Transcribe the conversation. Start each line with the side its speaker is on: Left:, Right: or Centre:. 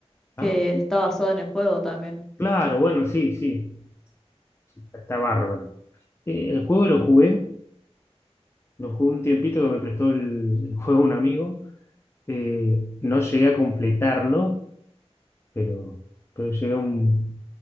Centre: que
Left: Ah,
Centre: está basada en el juego también.
Left: claro, bueno, sí, sí, Sí, está, está bárbaro. Eh, el juego lo jugué, lo jugué un tiempito que me prestó el el juego un amigo. Eh, no llegué a completarlo, pero, pero llegué a un,